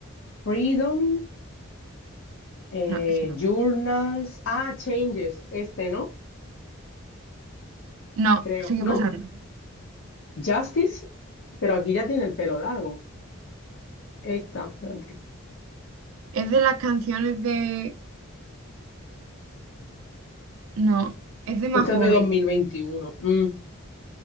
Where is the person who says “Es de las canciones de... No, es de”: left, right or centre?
Right